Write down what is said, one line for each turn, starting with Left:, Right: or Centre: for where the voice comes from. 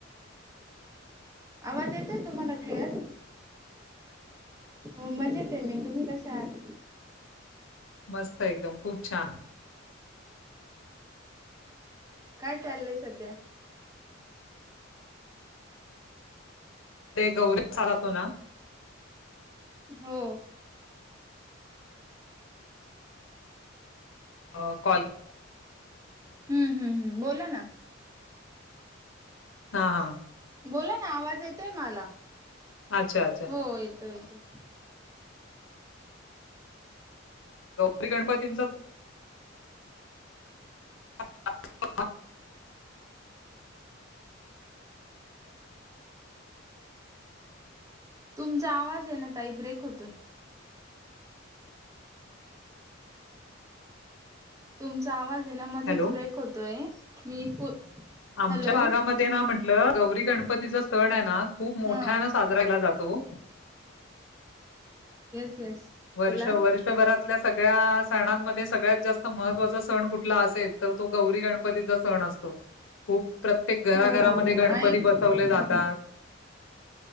Right: आवाज येतोय तुम्हाला क्लिअर? हो मजेत आहे मी तुम्ही कशे आहात?
Left: मस्त एकदम खूप छान
Right: काय चाललंय सध्या?
Left: ते गौरीत चालत हो ना
Right: हो
Left: अ कॉल
Right: हम्म हम्म हम् बोला ना
Left: हा हा
Right: बोला ना आवाज येतोय मला
Left: अच्छा अच्छा
Right: हो येतो येतो
Left: गौरी गणपतींचा <inaudible>
Right: तुमचा आवाज येईना ताई ब्रेक होतोय तुमचा आवाज येइना मध्येच
Left: हॅलो
Right: ब्रेक होतोय मी
Left: आमच्या
Right: हॅलो
Left: भागामध्ये ना म्हटलं गौरी गणपतीचा सण आहे ना खूप मोठ्यान
Right: हा
Left: सा साजरा केला जातो
Right: येस येस
Left: वर्ष
Right: बोला
Left: वर्षभरातल्या सगळ्या सणांमध्ये सगळ्यात जास्त महत्त्वाचा सण कुठला असेल तर तो गौरी गणपतीचा सण असतो खूप प्रत्येक घरा
Right: हो
Left: घरामध्ये
Right: हो हो
Left: गणपती
Right: ऐक
Left: ब बसवले जातात
Right: हा